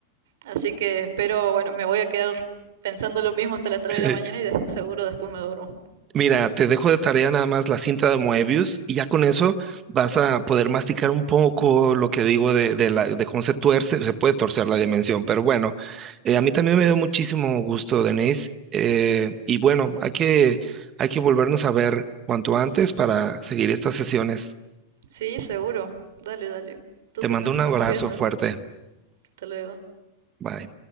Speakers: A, on the right; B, on the right.
A: Así que espero, bueno, me voy a quedar pensando lo mismo hasta las 3
B: <laughs>
A: de la mañana y de- seguro después me duermo.
B: mira, te dejo de tarea nada más la cinta de Moebius y ya con eso vas a poder masticar un poco lo que digo de, de la, de cómo se tuerce, se puede torcer la dimensión, pero bueno, eh, a mí también me dio muchísimo gusto, Denise, eh, y bueno, hay que, hay que volvernos a ver cuanto antes para seguir estas sesiones.
A: Sí, seguro. Dale, dale. Entonces
B: Te mando
A: nos
B: un
A: estamos
B: abrazo
A: viendo.
B: fuerte.
A: Hasta luego.
B: Bye.